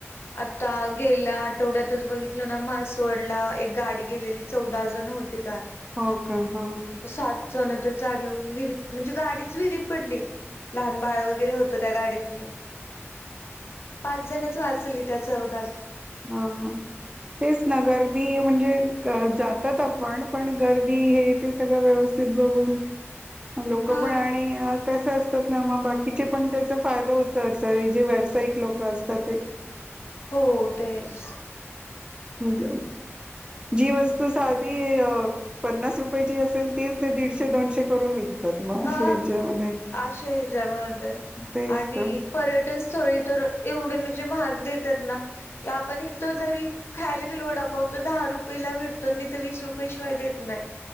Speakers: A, on the left; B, on the right.
A: आता गेल्या आठवड्यातच बघितलं ना म्हासवढ ला- एक गाडी गेलेली चौदा जण होती त्यात-
B: हो का? हा
A: सात जण तर जाग्यावर विहिरीत म्हणजे गाडीच विहिरीत पडली. लहान बाळ वगैरे होत त्या गाडी मध्ये पाच जणच वाचली त्याच्यातली-
B: हा हा तेच ना गर्दी म्हणजे जातात आप- पण पण गर्दी हे ते सगळं व्यवस्थित बघून- लोक
A: हा
B: पण आणि कसं असतं- मग बाकीचे पण त्याचा फायदा उचलतात जे व्यावसायिक लोक असतात ते.
A: हो तेच...
B: मग जी वस्तू साधी पन्नास रुपयेची असेल तीच ते दीडशे- दीडशे दोनशे करून विकतात. मग
A: हा
B: अशा ह्याच्यामध्ये
A: आशायेचा मध्ये
B: तेच
A: आणि
B: तर
A: पर्यटन स्थळी तर एवढे म्हणजे महाग देतात ना की आपण इथ जर खायला गेलो वडापाव तर दहा रुपये काही तिथ वीस रुपये शिवाय देत नाही